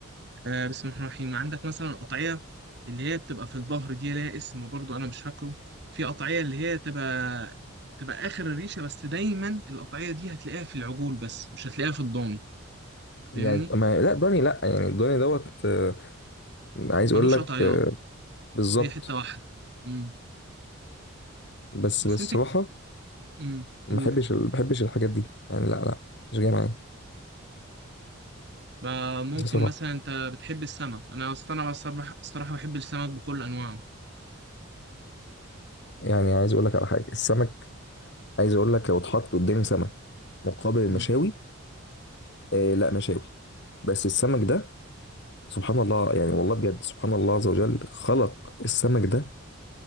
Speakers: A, on the right (about 50°); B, on the left (about 55°).
A: آه بسم الله الرحمن الرحيم عندك مثلا قطعية اللي هي بتبقى في الظهر دي ليها اسم برضو أنا مش فاكره في قطعية اللي هي تبقى تبقى آخر الريشة بس دايما القطعية دي هتلاقيها في العجول بس مش هتلاقيها في الضاني
B: يعني
A: فاهمني
B: ما لا داني لا يعني داني دوت آه، عايز
A: ملوش
B: اقول لك
A: قطعيات
B: آه، بالظبط
A: هي حتة واحدة مم.
B: بس
A: بس
B: بصراحة
A: أنت مم.
B: ما
A: قول
B: بحبش ما بحبش الحاجات دي يعني لا لا مش جاي معايا
A: بقى ممكن
B: بصراحه
A: مثلا أنت بتحب السمك أنا أصل أنا بصراحة الصراحة بحب السمك بكل أنواعه
B: يعني عايز اقول لك على حاجه السمك عايز اقول لك لو اتحط قدامي سمك مقابل المشاوي
A: مم.
B: آه لا مشاوي بس السمك ده سبحان الله يعني والله بجد سبحان الله عز وجل خلق السمك ده